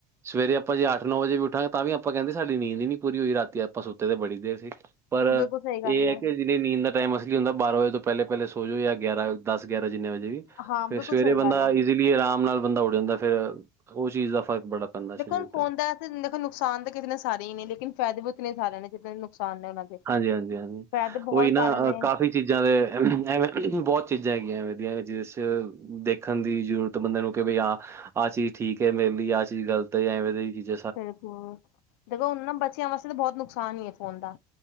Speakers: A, on the right; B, on the left.
A: ਸਵੇਰੇ ਆਪਾਂ ਜੇ ਅੱਠ ਨੌ ਵਜੇ ਵੀ ਉਠਾਂਗੇ ਤਾਂ ਵੀ ਆਪਾ ਕਹਿੰਦੇ ਸਾਡੀ ਨੀਂਦ ਹੀ ਨੀ ਪੂਰੀ ਹੋਈ ਰਾਤੀ ਆਪਾਂ ਸੁੱਤੇ ਤੇ ਬੜੀ ਦੇਰ ਸੀ ਪਰ,
B: ਬਿਲਕੁਲ ਸਹੀ ਗੱਲ
A: ਇਹ ਹੈ ਕਿ ਜਿਨੀ ਨੀਂਦ ਦਾ ਟਾਈਮ ਅਸਲੀ ਬਾਰਾਂ ਵਜੇ ਤੋਂ ਪਹਿਲੇ- ਪਹਿਲੇ ਸੋ ਜੋ ਜਾਂ ਗਿਆਾਂਰਾ ਦਸ, ਗਿਆਰਾਂ ਜਿਨੇ ਵਜੇ
B: ਹਾਂ
A: ਫਿਰ,
B: ਬਿਲਕੁਲ
A: ਸਵੇਰੇ
B: ਸਹੀ
A: ਬੰਦਾ
B: ਗੱਲ ਹੈ।
A: ਈਜ਼ੀਲੀ ਆਰਾਮ ਨਾਲ ਬੰਦਾ ਜਾਂਦਾ ਉਹ ਚੀਜ਼ ਦਾ ਫ਼ਰਕ ਬੜਾ ਪੈਂਦਾ ਸਰੀਰ
B: ਦੇਖੋ
A: ਤੇ
B: ਫੋਨ ਦਾ ਦੇਖੋ ਨੁਕਸਾਨ ਤਾਂ ਕਿੰਨ ਸਾਰੇ ਹੀ ਲੇਕਿਨ ਫਾਇਦੇ ਵੀ ਕਿੰਨੇ ਸਾਰੇ ਨੇ ਜਿਨੇ ਨੁਕਸਾਨ ਨੇ ਉਹਨਾਂ ਦੇ
A: ਹਾਂਜੀ-ਹਾਂਜੀ- ਹਾਂਜੀ,
B: ਫਾਇਦੇ ਬਹੁਤ
A: ਉਹੀ ਨਾ
B: ਸਾਰੇ ਨੇ
A: ਅ ਕਾਫ਼ੀ ਚੀਜ਼ਾਂ ਦੇ ਐਵੇਂ ਬਹੁਤ ਚੀਜ਼ਾਂ ਹੈਗੀਆਂ ਵਧੀਆ- ਵਧੀਆ ਜਿਸ 'ਚ ਦੇਖਣ ਦੀ ਜ਼ਰੂਰਤ ਬੰਦੇ ਨੂੰ ਕੀ ਬਈ ਆ ਆਹ ਚੀਜ਼ ਠੀਕ ਏ ਮੇਰੇ ਲਈ ਆ ਚੀਜ਼ ਗਲਤ ਏ ਐਵੇ ਚੀਜ਼
B: ਹੂੰ, ਦੇਖੋ ਹੁਣ ਨਾ ਬੱਚਿਆਂ ਵਾਸਤੇ ਤਾਂ ਬਹੁਤ ਨੁਕਸਾਨ ਹੀ ਫੋਨ ਦਾ